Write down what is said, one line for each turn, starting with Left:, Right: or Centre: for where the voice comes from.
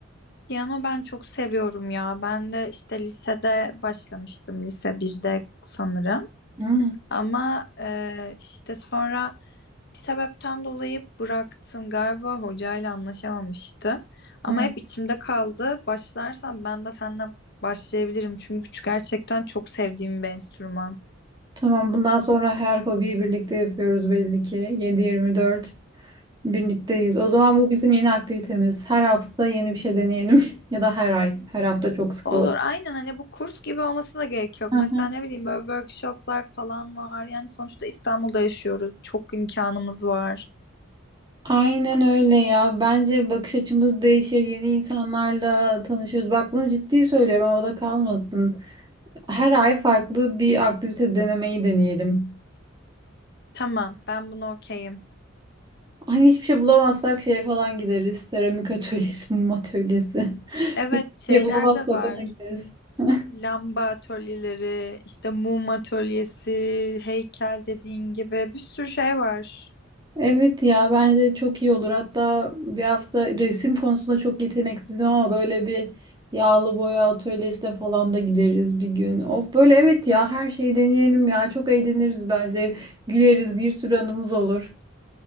Left: Piyano ben çok seviyorum ya. Ben de işte lisede başlamıştım. Lise birde sanırım.
Right: Hı,
Left: Ama e, işte sonra bir sebepten dolayı bıraktım. Galiba hocayla anlaşamamıştım. Ama
Right: hı.
Left: hep içimde kaldı. Başlarsam ben de seninle başlayabilirim. Çünkü gerçekten çok sevdiğim bir enstrüman.
Right: Tamam bundan sonra her hobiyi birlikte yapıyoruz belli ki. 7-24 birlikteyiz. O zaman bu bizim yeni aktivitemiz. Her hafta yeni bir şey deneyelim. <laughs> Ya da her ay. Her hafta çok sık
Left: Olur
Right: olabilir.
Left: aynen hani bu kurs gibi olmasına da gerek yok. Mesela
Right: Aha.
Left: ne bileyim böyle workshoplar falan var. Yani sonuçta İstanbul'da yaşıyoruz. Çok imkanımız var.
Right: Aynen öyle ya. Bence bakış açımız değişir. Yeni insanlarla tanışırız. Bak bunu ciddi söylüyorum. Havada kalmasın. Her ay farklı bir aktivite denemeyi deneyelim.
Left: Tamam, ben buna okeyim.
Right: Hani hiçbir şey bulamazsak şeye falan gideriz. Seramik atölyesi, mum atölyesi. <laughs>
Left: Evet,
Right: Hiçbir
Left: şeyler
Right: şey bulamazsak
Left: de var.
Right: ona gideriz. <laughs>
Left: Lamba atölyeleri, işte mum atölyesi, heykel dediğin gibi bir sürü şey var.
Right: Evet ya bence çok iyi olur. Hatta bir hafta resim konusunda çok yeteneksizim ama böyle bir yağlı boya atölyesine falan da gideriz bir gün. Of böyle evet ya her şeyi deneyelim ya. Çok eğleniriz bence. Güleriz bir sürü anımız olur.